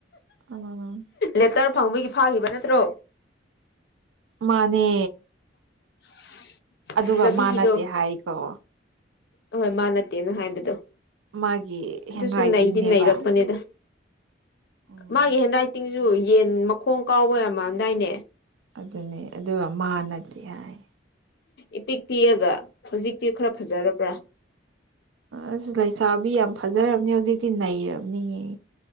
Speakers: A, on the right; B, on the left.
A: ꯎꯝ
B: ꯂꯦꯇꯔ ꯐꯪꯕꯒꯤ ꯐꯥꯈꯤꯕ ꯅꯠꯇ꯭ꯔꯣ
A: ꯃꯥꯅꯦ
B: <inaudible>
A: ꯑꯗꯨꯒ
B: ꯕꯤꯒꯤꯗꯣ
A: ꯃꯥ ꯅꯠꯇꯦ ꯍꯥꯏꯒꯔꯣ
B: ꯑꯍꯣꯏ ꯃꯥ ꯅꯠꯇꯦꯅ ꯍꯥꯏꯕꯗꯣ
A: ꯃꯥꯒꯤ
B: ꯑꯗꯨꯁꯨ
A: ꯍꯦꯟ ꯔꯥꯏꯇꯤꯡꯅꯦꯕ
B: ꯅꯩꯗꯤ ꯅꯩꯔꯛꯄꯅꯤꯗ
A: ꯎꯝ
B: ꯃꯥꯒꯤ ꯍꯦꯟ ꯔꯥꯏꯇꯤꯡꯖꯨ ꯌꯦꯟ ꯃꯈꯣꯡ ꯀꯥꯎꯕ ꯌꯥꯝ ꯃꯥꯟꯗꯥꯏꯅꯦ
A: ꯑꯗꯨꯅꯤ ꯑꯗꯨꯒ ꯃꯥ ꯅꯥꯗꯤ ꯍꯥꯏ
B: ꯏꯄꯤꯛ ꯄꯤꯛꯑꯒ ꯍꯧꯖꯤꯛꯇꯤ ꯈꯔ ꯐꯖꯔꯕ꯭ꯔꯥ
A: ꯑꯁ ꯂꯩꯁꯥꯕꯤ ꯌꯥꯝ ꯐꯖꯔꯕꯅꯤ ꯍꯧꯖꯤꯛꯇꯤ ꯅꯩꯔꯕꯅꯤꯍꯦ